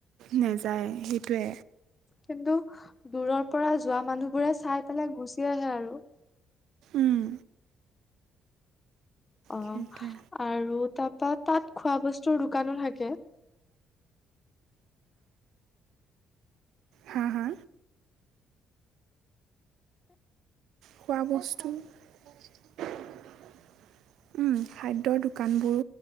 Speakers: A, on the right (about 70°); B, on the left (about 15°).
A: নেযায় সেইটোৱে
B: কিন্তু দূৰৰ প পৰা যোৱা মানুহবোৰে চাই পেলাই গুচি আহে আৰু
A: উম
B: অ
A: সেইটোৱে
B: আৰু তাৰপা তাত খোৱা বস্তুৰ দোকানো থাকে।
A: হা হা খোৱা বস্তু উম খাদ্যৰ দোকানবোৰো